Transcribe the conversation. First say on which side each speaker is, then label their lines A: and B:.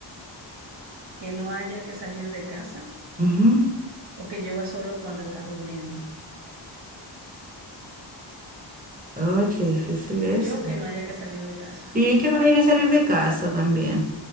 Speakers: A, on the right (about 65°); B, on the right (about 20°).
A: ¿Que no haya que salir de casa
B: Ujú.
A: o que llueva solo cuando estás durmiendo?
B: Ay, qué difícil es.
A: Yo que no haya que salir de casa.
B: Y que no hay que salir de casa también.